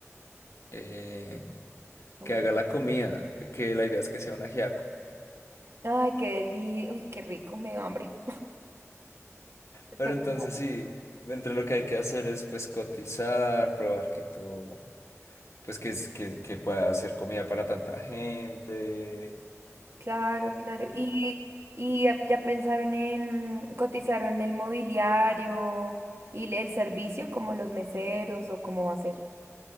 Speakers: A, on the left; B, on the right.
A: eh,
B: Como
A: que haga
B: el-
A: la comida, que la idea es que sea un ajiaco.
B: Ay, qué deli, uy, qué rico, me dio hambre. Espectacular.
A: Pero entonces sí, entre lo que hay que hacer es pues cotizar, probar que todo, pues que, es- que, que pueda hacer comida para tanta gente.
B: Claro, claro. Y, y ya ya pensaron en, cotizaron el mobiliario y el servicio, como los meseros o cómo va a ser.